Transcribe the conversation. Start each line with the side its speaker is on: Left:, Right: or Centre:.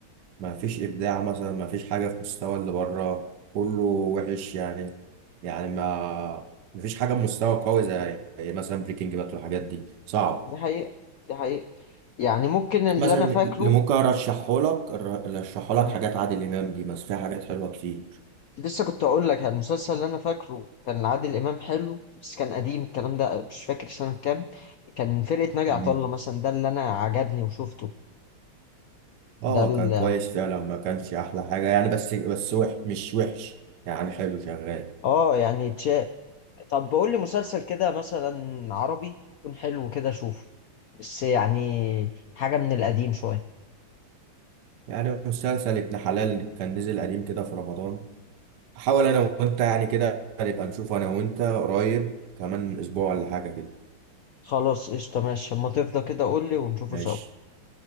Right: ما فيش ابداع مثلا ما فيش حاجه في مستوى اللي بره كله وحش يعني يعني ما ما فيش حاجه بمستوى قوي زي زي مثلا بريكنج بات والحاجات دي صعب
Left: دي حقيقة دي حقيقة يعني ممكن اللي
Right: مثلا
Left: أنا فاكره
Right: اللي ممكن ارشحه لك ارشحه
Left: مم.
Right: لك حاجات عادل امام دي بس فيها حاجات حلوه كتير
Left: لسه كنت أقول لك يعني المسلسل اللي أنا فاكره كان عادل إمام حلو بس كان قديم الكلام ده مش فاكر سنة كام كان فرقة ناجي
Right: مم.
Left: عطا الله مثلا ده اللي أنا عجبني وشفته ده
Right: اه
Left: اللي
Right: كان كويس فعلا ما كانش احلى حاجه يعني بس بس وح مش وحش يعني حلو شغال
Left: آه يعني تشا... طب بقول لي مسلسل كده مثلا عربي يكون حلو كده أشوفه بس يعني حاجة من القديم شوية
Right: يعني مسلسل ابن حلال كان نزل قديم كده في رمضان حاول انا وانت يعني كده نبقى نشوف انا وانت قريب كمان اسبوع ولا حاجة كده
Left: خلاص قشطة ماشي أما تفضى كده قول لي ونشوفه
Right: ماشي
Left: سوا